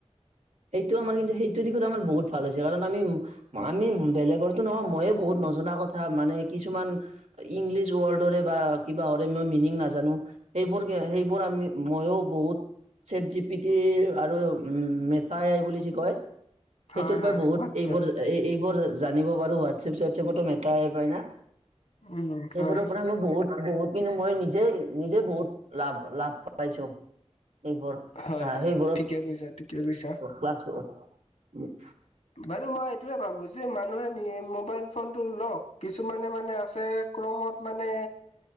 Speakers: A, on the right; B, on the left.
A: সেইটো আমাৰ কিন্তু সেইটো দিশত আমাৰ বহুত ভাল হৈছে কাৰণ আমি আমি বেলেগৰটো নহয় ময়ে বহুত নজনা কথা মানে কিছুমান ইংলিছ ৱৰ্ডৰে বা কিবা হৰে মই মিনিং নাজানো সেইবোৰ সেইবোৰ আমি মইয়ো বহুত চেট জি পিটিৰ আৰু মেট- তাই আই বুলি যি কয়
B: হয়
A: সেইটোৰ পৰাই
B: হয়
A: বহুত
B: হোৱাটছএপ
A: এইবোৰ এইবোৰ জানিব ৱাৰু ৱাতচ এপ চোৱাত এপ টো মেটা এ আই কয় না?
B: উম
A: সেইবোৰ
B: হয়
A: পৰা মোৰ বহুত বহুত কিন্তু মই নিজে নিজে বহুত লাভ লাভ পাইছো। এইবোৰ
B: হয়
A: চাহ
B: হয়
A: সেইবোৰত
B: ঠিকে
A: মই
B: কৈছা ঠিকে কৈছা
A: ক্লাছ কৰা নহয়
B: বাৰু মই এইটোয়ে ভাবো যে মানুহে নি মোবাইল ফোনটো লওক। কিছুমানে মানে আছে ক্ৰমত মানে।